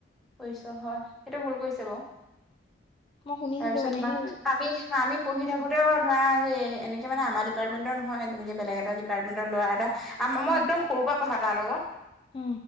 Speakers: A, in the centre; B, on the left.
A: কৰিছ হয় সেইটো ভুল কৰিছে বাও
B: মই শুনিছিলো
A: তাৰপিছত
B: মানে
A: তোমাৰ
B: এই
A: আমি আমি পঢ়ি থাকোতেও ধৰা সেই এনে কে মানে আমাৰ ডিপাৰ্টমেণ্টৰ নহয়। তেনেকে বেলেগ এটা ডিপ্টমেণ্টৰ‌ লৰা এটা আম মই
B: অ
A: একদম সৰুৰ পৰা পঢ়া তাৰ লগত।
B: অ